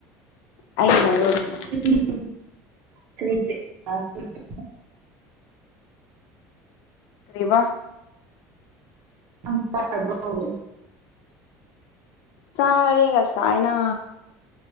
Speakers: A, on the left (about 70°); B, on the right (about 45°).
A: ꯑꯩꯁ ꯑꯩꯅꯔꯣ <unintelligible>
B: <unintelligible> ꯀꯔꯤ <unintelligible>
A: ꯀꯔꯤꯕ
B: <unintelligible>
A: ꯆꯥꯔꯦ ꯉꯁꯥꯏꯅ